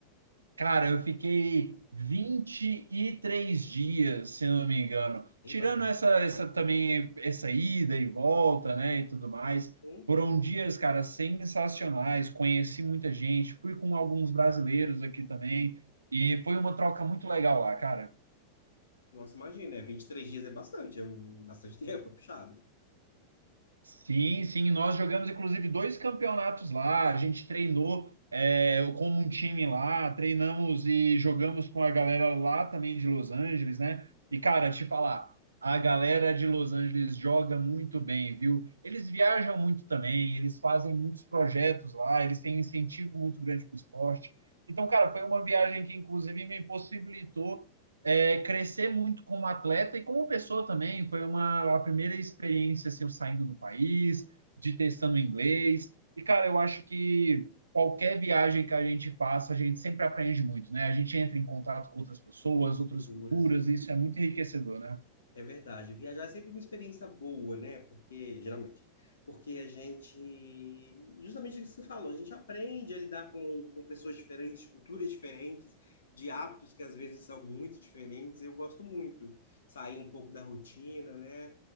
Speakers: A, on the right; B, on the left.
A: Cara, eu fiquei 23 dias, se eu não me engano.
B: Ei,
A: Tirando
B: bastante
A: essa, essa também, essa ida e volta, né, e tudo mais.
B: tempo.
A: Foram dias, cara, sensacionais. Conheci muita gente, fui com alguns brasileiros aqui também. E foi uma troca muito legal lá, cara.
B: Nossa, imagina, é 23 dias é bastante, é um, bastante <laughs> tempo, é puxado.
A: Sim, sim, nós jogamos inclusive dois campeonatos lá. A gente treinou é, com um time lá, treinamos e jogamos com a galera lá também de Los Angeles, né? E cara, te falar, a galera de Los Angeles joga muito bem, viu? Eles viajam muito também, eles fazem muitos projetos lá, eles têm incentivo muito grande para o esporte. Então, cara, foi uma viagem que inclusive me possibilitou é, crescer muito como atleta e como pessoa também. Foi uma a primeira experiência assim, eu saindo do país, de testando inglês. E, cara, eu acho que qualquer viagem que a gente faça, a gente sempre aprende muito, né? A gente entra em contato com outras pessoas,
B: As
A: outras
B: culturas.
A: culturas, e isso é muito enriquecedor, né?
B: É verdade, viajar é sempre uma experiência boa, né? Porque, geralmente, porque a gente, justamente o que você falou, a gente aprende a lidar com, com pessoas diferentes, de culturas diferentes, de hábitos que às vezes são muito diferentes. Eu gosto muito sair um pouco da rotina, né?